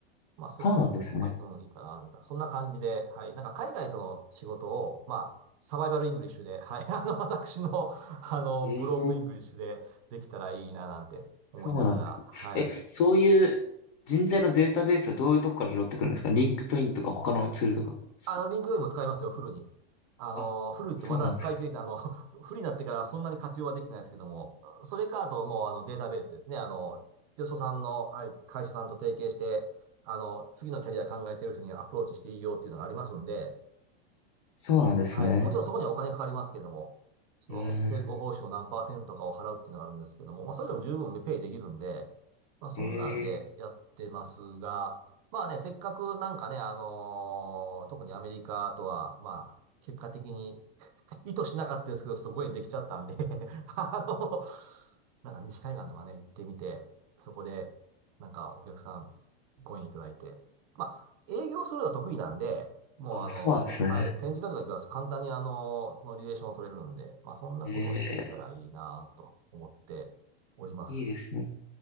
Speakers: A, on the right; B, on the left.
A: まあ、そっちの逆に、
B: そうなんですね。
A: まあうん、いいかな、みたいな。そんな感じで、はい。なんか、海外との仕事を、まあ、サバイバルイングリッシュで、はい。<laughs> あの、私の、あの、
B: ええ
A: ブロークイングリッシュでできたらいいな、なんて思いながら、
B: そうなんですね。
A: はい。
B: え、そういう人材のデータベースはどういうとこから拾ってくるんですかリンクトインとか他のツールとかですか
A: あの、リンクドインも使いますよ、フルに。あの、
B: あ、
A: フルってまだ使い切れて、
B: そうなんですね。
A: あの、<laughs> フルになってからそんなに活用はできてないですけども、それか、あと、もう、あの、データベースですね。あの、よそさんの、はい、会社さんと提携して、あの、次のキャリア考えてる人にアプローチしていいよっていうのがありますんで、
B: そうなんですね。
A: はい。もちろんそこにはお金かかりますけども、その成功報酬の何パーセントかを払うっていうのがあるんですけども、
B: え
A: まあそれでも十分ペイできるんで、まあそんなんでやってますが、
B: ー、えー、
A: まあね、せっかくなんかね、あのー特にアメリカとは、まあ結果的に意図しなかったですけど、ちょっとご縁できちゃったんで <laughs> あの、なんか西海岸とかね、行ってみて、そこで、なんかお客さん、ご縁いただいて。まあ、営業するのは得意なんで、もうあの、
B: あ、そうなんですね。
A: はい、展示会とか行きます。簡単にあの、そのリレーションを取れるんで、まあそんなことをしてできたらいいなと思っております。
B: ええ。いいですね。